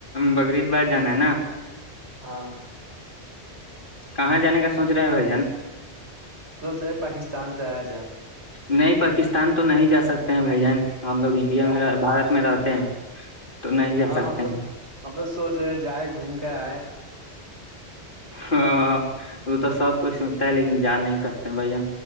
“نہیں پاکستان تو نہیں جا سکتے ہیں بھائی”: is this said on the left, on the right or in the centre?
Left